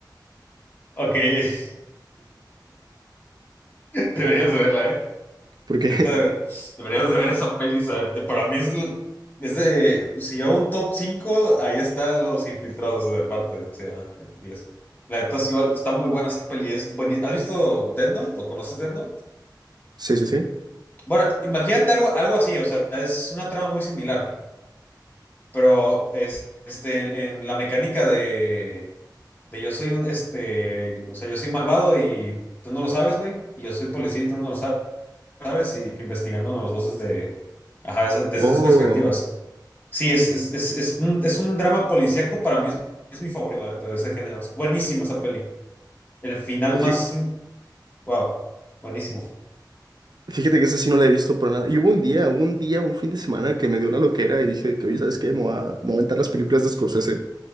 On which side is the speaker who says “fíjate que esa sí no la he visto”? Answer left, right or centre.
Right